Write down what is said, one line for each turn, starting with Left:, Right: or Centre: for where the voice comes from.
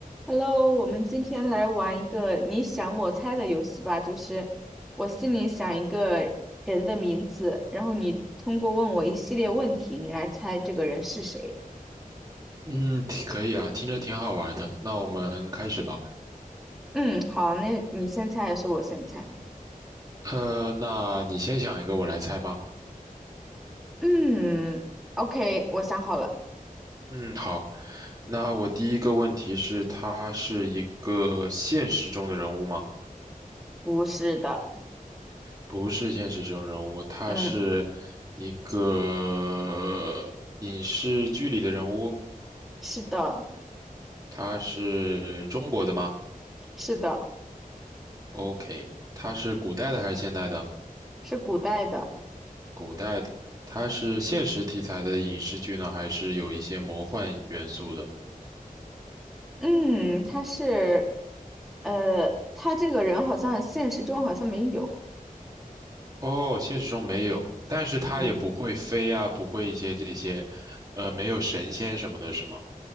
Centre: Hello，我们今天来玩一个你想我猜的游戏吧，就是我心里想一个人的名字，然后你通过问我一系列问题，你来猜这个人是谁。
Right: 嗯，挺可以啊，听着挺好玩的。那我们开始吧。
Centre: 嗯，好，那你先猜还是我先猜？
Right: 呃，那你先想一个，我来猜吧。
Centre: 嗯，OK，我想好了，
Right: 嗯，好。那我第一个问题是，他是一个现实中的人物吗？
Centre: 不是的，
Right: 不是现实中人物，他是
Centre: 嗯，
Right: 一个影视剧里的人物。
Centre: 是的，
Right: 他是中国的吗
Centre: 是的，
Right: ？OK，他是古代的还是现代的？
Centre: 是古代的，
Right: 古代的。他是现实题材的影视剧呢，还是有一些魔幻元素的？
Centre: 嗯，他是，呃，他这个人好像现实中好像没有，
Right: 哦，现实中没有，但是它也不会飞啊，
Centre: 嗯，
Right: 不会一些这些，呃，没有神仙什么的，是吗？